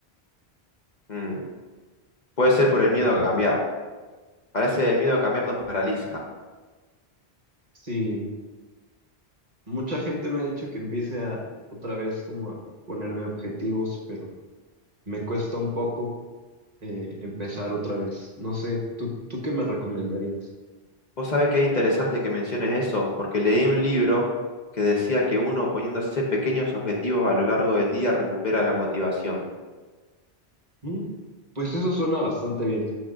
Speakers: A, on the left; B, on the right.
A: Mm, Puede ser por el miedo a cambiar. Parece que el miedo a cambiar nos paraliza.
B: Sí, mucha gente me ha dicho que empiece a otra vez como a ponerme objetivos, pero me cuesta un poco eh, empezar otra vez. No sé, ¿tú, tú qué me recomendarías?
A: Vos sabés qué interesante que menciones eso, porque leí un libro que decía que uno poniéndose pequeños objetivos a lo largo del día recupera la motivación.
B: Mm, Pues eso suena bastante bien.